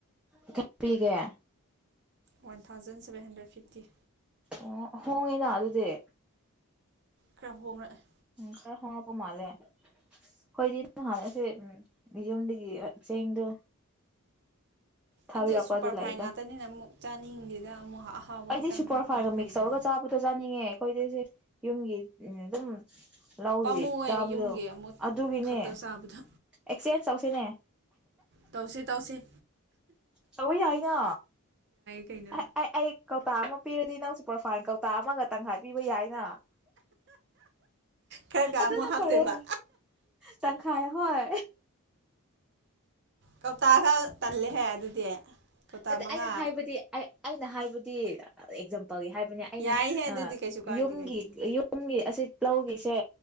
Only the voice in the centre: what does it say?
<unintelligible> ꯄꯤꯒꯦ
ꯑꯣ ꯍꯣꯡꯉꯤꯅ ꯑꯗꯨꯗꯤ
ꯎꯝ ꯈꯔ ꯍꯣꯡꯉꯛꯄ ꯃꯥꯂꯦ ꯈꯣꯢꯗꯤ <unintelligible> ꯌꯨꯝꯗꯒꯤ ꯆꯦꯡꯗꯣ ꯊꯥꯕꯤꯔꯛꯄ
ꯂꯩꯗ
ꯑꯩꯗꯤ
ꯁꯨꯄꯔ
ꯐꯥꯏꯟꯒ
ꯃꯤꯛꯁ ꯇꯧꯔꯒ ꯆꯥꯕꯗꯣ ꯆꯥꯅꯤꯡꯉꯦ ꯑꯩꯈꯣꯏꯗꯤ ꯌꯨꯝꯒꯤ ꯎꯝ ꯑꯗꯨꯝ ꯂꯧꯒꯤ
ꯆꯥꯕꯗꯣ
ꯑꯗꯨꯒꯤꯅꯦ
ꯑꯦꯛꯆꯦꯟꯁ ꯇꯧ ꯁꯤꯅꯦ
ꯇꯧꯕ ꯌꯥꯏꯅ
ꯑꯩ ꯑꯩ ꯀꯧꯇꯥ ꯑꯃ ꯄꯤꯔꯗꯤ ꯅꯪ ꯁꯨꯄꯔ ꯐꯥꯏꯟ ꯀꯧꯇꯥ ꯑꯃꯒ ꯇꯪꯈꯥꯏ ꯄꯤꯕ ꯌꯥꯏꯅ
ꯑꯗꯨꯅ
ꯐꯔꯦ ꯇꯪꯈꯥꯏ ꯍꯣꯏ
ꯅꯠꯇꯦ
ꯑꯩꯅ ꯍꯥꯏꯕꯗꯤ ꯑꯩꯅ ꯍꯥꯏꯕ ꯑꯦꯛꯖꯝ ꯄꯜꯒꯤ ꯍꯥꯏꯕꯅꯦ ꯑꯩꯅ
ꯌꯨꯝꯒꯤ
ꯌꯨꯝꯒꯤ ꯑꯁꯤ ꯂꯧꯒꯤꯁꯦ